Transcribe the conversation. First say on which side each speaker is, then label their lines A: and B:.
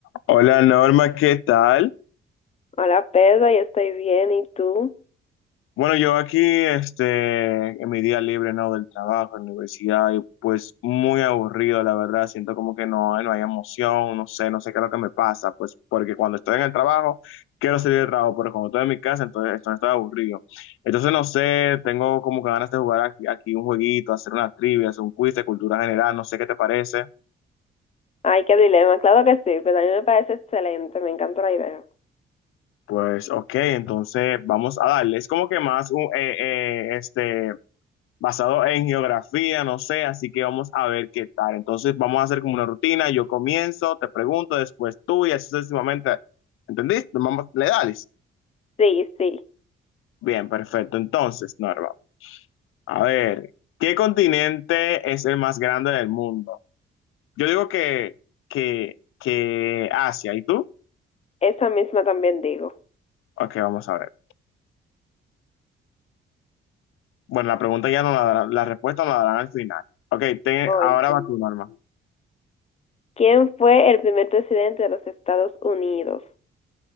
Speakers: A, on the left; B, on the left.
A: Hola Norma, ¿qué tal?
B: Hola Pedro, yo estoy bien, ¿y tú?
A: Bueno, yo aquí, este, en mi día libre, ¿no? Del trabajo, en la universidad, y pues muy aburrido, la verdad. Siento como que no, no hay emoción, no sé, no sé qué es lo que me pasa, pues porque cuando estoy en el trabajo, quiero salir del trabajo, pero cuando estoy en mi casa, entonces, entonces estoy aburrido. Entonces, no sé, tengo como que ganas de jugar aquí, aquí un jueguito, hacer una trivia, hacer un quiz de cultura general, no sé qué te parece.
B: Ay, qué dilema, claro que sí, pero a mí me parece excelente, me encanta la idea.
A: Pues, ok, entonces vamos a darle. Es como que más un, eh, eh, este basado en geografía, no sé, así que vamos a ver qué tal. Entonces vamos a hacer como una rutina, yo comienzo, te pregunto, después tú y así sucesivamente. ¿Entendiste? Vamos, le dales.
B: Sí, sí,
A: Bien, perfecto. Entonces, Norma, a ver, ¿qué continente es el más grande del mundo? Yo digo que, que, que Asia, ¿y tú?
B: esa misma también digo.
A: Ok, vamos a ver. Bueno, la pregunta ya no la darán, la respuesta no la darán al final. Ok, te-
B: Oh,
A: ahora
B: entiendo.
A: va tú, Norma.
B: ¿Quién fue el primer presidente de los Estados Unidos?